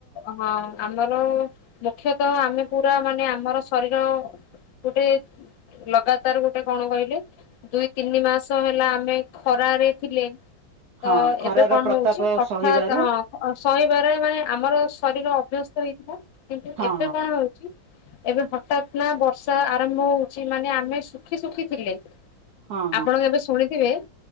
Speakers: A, on the left; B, on the right.
A: ହଁ ଆମର ମୁଖ୍ୟତଃ ଆମେ ପୁରା ମାନେ ଆମର ଶରୀର ଗୋଟେ ଲଗାତାର ଗୋଟେ କଣ କହିଲେ ଦୁଇ ତିନି ମାସ ହେଲା ଆମେ ଖରାରେ ଥିଲେ ତ
B: ହଁ ଖରାର
A: ଏବେ କଣ
B: ପ୍ରତାପ
A: ହଉଛି ହଠାତ୍
B: ସହିବାରୁ
A: ହଁ ସହିବାରେ ମାନେ ଆମର ଶରୀର ଅଭ୍ୟସ୍ତ ହେଇଥିବ କିନ୍ତୁ
B: ହଁ
A: ଏବେ କଣ ହଉଛି ଏବେ ହଠାତ ନା ବର୍ଷା ଆରମ୍ଭ ହଉଛି ମାନେ ଆମେ ଶୁଖି ଶୁଖିଥିଲେ
B: ହଁ ହଁ
A: ଆପଣ ଏବେ ଶୁଣିଥିବେ